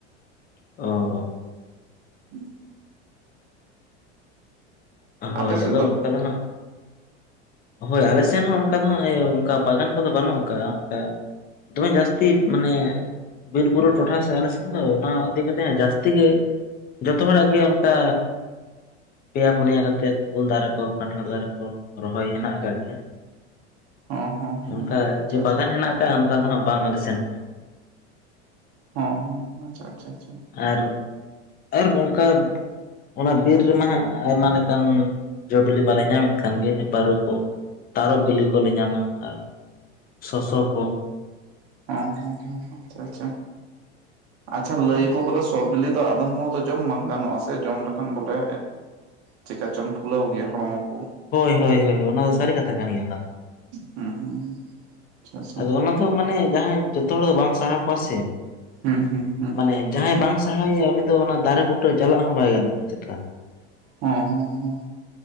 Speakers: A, on the left; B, on the right.
A: ᱚ ᱚ
B: ᱦᱩᱸ <unintelligible>
A: ᱦᱳᱭ
B: ᱟᱯᱮ ᱥᱮᱫ
A: ᱟᱫᱚ ᱚᱱᱠᱟ ᱫᱚ ᱦᱟᱸᱜ ᱦᱳᱭ ᱟᱞᱮ ᱥᱮᱱ ᱦᱚᱸ ᱚᱱᱠᱟ ᱫᱚ ᱦᱟᱜ ᱚᱱᱠᱟ ᱵᱟᱜᱟᱱ ᱠᱚᱫᱚ ᱵᱟᱹᱱᱩᱜ ᱟᱠᱟᱜ-ᱟ ᱚᱝᱠᱟ ᱫᱚᱢᱮ ᱡᱟᱹᱥᱛᱤ ᱢᱟᱱᱮ ᱵᱤᱨᱵᱩᱨᱩ ᱴᱚᱴᱷᱟ ᱥᱮ ᱟᱞᱮ ᱥᱮᱱ ᱫᱚ ᱚᱱᱟ ᱤᱫᱤ ᱠᱟᱛᱮ ᱦᱟᱸᱜ ᱡᱟᱹᱥᱛᱤ ᱜᱮ ᱡᱚᱛᱚ ᱦᱚᱲᱟᱜ ᱜᱮ ᱚᱱᱠᱟ ᱯᱮᱭᱟ ᱯᱩᱱᱭᱟᱹ ᱠᱟᱛᱮᱫ ᱩᱞ ᱫᱟᱨᱮ ᱠᱚ ᱠᱟᱱᱴᱷᱟᱲ ᱫᱟᱨᱮ ᱠᱚ ᱨᱚᱦᱚᱭ ᱦᱮᱱᱟᱜ ᱟᱠᱟᱫ ᱜᱮᱭᱟ
B: ᱦᱚᱸ ᱦᱚᱸ ᱦᱚᱸ
A: ᱚᱱᱠᱟ
B: ᱟᱪᱪᱷᱟ
A: ᱡᱮ ᱵᱟᱜᱟᱱ ᱦᱮᱱᱟᱜ ᱠᱟᱜᱼᱟ ᱚᱱᱠᱟ ᱫᱚ ᱦᱟᱸᱜ ᱵᱟᱝ ᱟᱞᱮ ᱥᱮᱱ
B: ᱦᱮᱸ ᱦᱮᱸ ᱟᱪᱪᱷᱟ ᱟᱪᱪᱷᱟ ᱟᱪᱷᱟ
A: ᱟᱨ, ᱟᱨ ᱚᱝᱠᱟ ᱚᱱᱟ ᱵᱤᱨ ᱨᱮᱢᱟ ᱦᱟᱸᱜ ᱟᱭᱢᱟ ᱞᱮᱠᱟᱱ ᱡᱚᱵᱤᱞᱤ ᱢᱟᱞᱮ ᱧᱟᱢᱮᱫ ᱠᱟᱱ ᱜᱮ ᱵᱟᱹᱨᱩ ᱠᱚ ᱛᱟᱨᱚᱯ ᱵᱤᱞᱤ ᱠᱚᱞᱮ ᱧᱟᱢᱟ ᱟᱨ ᱥᱚᱥᱚ ᱠᱚ
B: ᱦᱚᱸ ᱦᱚᱸ ᱦᱚᱸ ᱦᱚᱸ ᱟᱪᱪᱷᱟ ᱟᱪᱪᱷᱟ
A: <inaudible>
B: ᱟᱪᱷᱟ ᱞᱟᱹᱭᱟᱠᱚ ᱵᱚᱞᱮ ᱥᱚᱵ ᱵᱤᱞᱤ ᱫᱚ ᱟᱫᱚᱢ ᱦᱚᱲ ᱫᱚ ᱡᱚᱢ ᱵᱟᱝ ᱜᱟᱱᱚᱜᱼᱟ ᱥᱮ ᱡᱚᱢ ᱞᱮᱠᱷᱟᱱ ᱵᱚᱞᱮ ᱪᱮᱠᱟ ᱪᱚᱝ ᱯᱷᱩᱞᱟᱹᱣ ᱜᱮᱭᱟ ᱦᱚᱲᱢᱚ ᱠᱚ?
A: ᱦᱳᱭ ᱦᱳᱭ ᱦᱳᱭ ᱚᱱᱟ ᱫᱚ ᱥᱟᱹᱨᱤ ᱠᱟᱛᱷᱟ ᱠᱟᱱ ᱜᱮᱭᱟ ᱚᱱᱟ ᱫᱚ᱾
B: ᱦᱩᱸ ᱦᱩᱸ ᱟᱪᱪᱷᱟ ᱟᱪᱪᱷᱟ
A: ᱟᱫᱚ ᱚᱱᱟ ᱫᱚ ᱢᱟᱱᱮ ᱡᱟᱦᱟᱸᱭ ᱡᱚᱛᱚ ᱦᱚᱲ ᱫᱚ ᱵᱟᱝ ᱥᱟᱦᱟᱣ ᱠᱚᱣᱟ ᱥᱮ
B: ᱦᱩᱸ ᱦᱩᱸ ᱦᱩᱸ
A: ᱢᱟᱱᱮ ᱡᱟᱦᱟᱸᱭ ᱵᱟᱝ ᱛᱟᱦᱮᱸᱭᱮᱭᱟ ᱩᱱᱤ ᱫᱚ ᱚᱱᱟ ᱫᱟᱨᱮ ᱵᱩᱴᱟᱹ ᱡᱟᱞᱟᱜ ᱦᱚᱸ ᱵᱟᱭ ᱜᱟᱱᱚᱜᱼᱟ ᱪᱮᱛᱟᱱ
B: ᱦᱮᱸ ᱦᱮᱸ ᱦᱩᱸ